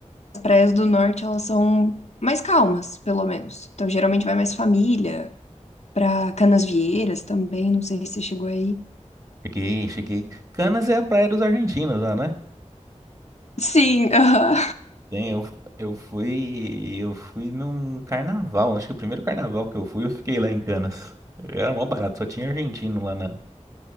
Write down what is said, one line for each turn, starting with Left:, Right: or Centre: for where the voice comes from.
Left: praias do norte, elas são mais calmas, pelo menos. Então, geralmente vai mais família, pra Canasvieiras também, não sei se você chegou aí.
Right: cheguei, cheguei. Canas é a praia dos argentinos lá, né?
Left: Sim, aham.
Right: Tem, eu, eu fui, eu fui num carnaval, acho que o primeiro carnaval que eu fui, eu fiquei lá em Canas. Era mó barato, só tinha argentino lá na,